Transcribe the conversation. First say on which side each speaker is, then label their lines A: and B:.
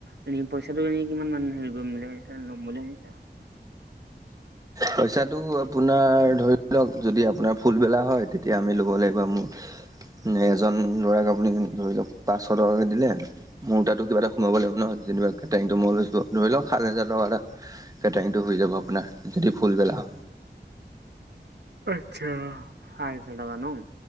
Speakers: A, on the right; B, on the right.
A: এনে পইচাটো এনে কিমানমান হেৰি কৰিম বুলি ভাবিছে? লম বুলি ভাবিছে?
B: পইচাটো আপোনাৰ ধৰি লওক, যদি আপোনাৰ ফুলবেলা হয়, তেতিয়া আমি ল'ব লাগিব মোৰ - উম, এজন ল'ৰাক আপুনি ধৰি লওক, পাঁচশ টকাকে দিলে - মোৰ তাতো কিবা এটা সোমাব লাগিব ন'। যেনিবা কেটিৰিঙটো মই লৈছোঁ। ধৰি লওক সাত হাজাৰ টকা এটা - কেটাৰিংটো হৈ যাব আপোনাৰ, যদি ফুলবেলা।
A: আচ্ছা, সাত হাজাৰ টকা ন'।